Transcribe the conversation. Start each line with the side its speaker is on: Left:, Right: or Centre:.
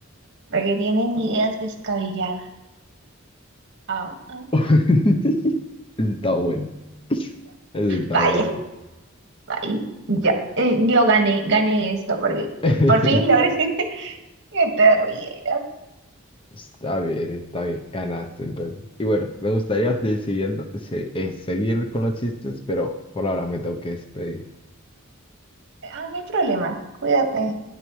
Right: Porque tienen ideas descabelladas. Ah, ah,
Left: <laughs>
Right: ah, ah.
Left: Está bueno, está
Right: Vaya,
Left: bueno.
Right: vaya, ya, eh, yo gané, gané esto porque
Left: <laughs>
Right: por fin logré <laughs> que te rieras.
Left: Está bien, está bien, ganaste entonces. Y bueno, me gustaría seguir, siguiendo- se- eh, seguir con los chistes, pero por ahora me tengo que despedir.
Right: Ah, no hay problema, cuídate.